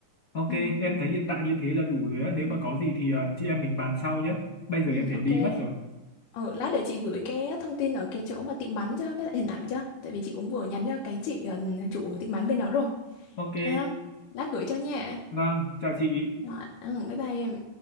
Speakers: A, on the left; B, on the left.
A: ok
B: Ừ, ừ,
A: em thấy hiện tại như thế là đủ rồi á nếu
B: Ừ.
A: mà
B: ừ.
A: có gì thì à, chị em mình bàn sau nhé bây giờ
B: ừ,
A: em phải
B: ok.
A: đi mất rồi
B: Ừ, lát để chị gửi cái thông tin ở cái chỗ mà tiệm bánh cho với lại hình ảnh cho. Tại vì chị cũng vừa nhắn cho cái chị ờ, chủ tiệm bánh bên đó rồi.
A: ok
B: Ha. Lát gửi cho nha.
A: Vâng, chào chị.
B: Rồi, ừ, bye bye em.